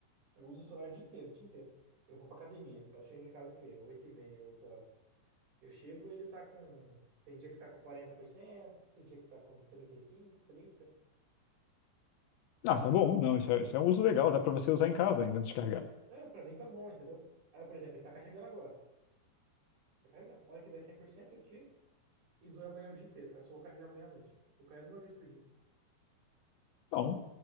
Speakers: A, on the right; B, on the left.
A: eu uso o celular o dia inteiro, o dia inteiro. Eu vou pra academia. Eu chego em casa o quê? Oito e meia, 8 horas. Eu chego, ele tá com. Tem dia que tá com 40%, tem dia que tá com 35, 30.
B: Ah, tá bom. Não, isso é, isso é um uso legal. Dá pra você usar
A: Bom,
B: em casa ainda antes de carregar.
A: é, pra mim tá bom, entendeu? Aí, por exemplo, ele tá carregando agora. Tá carregando. A hora que der 100%, eu tiro e dura amanhã o dia inteiro. Aí eu só vou carregar amanhã à noite. Eu carrego uma vez por dia.
B: Bom,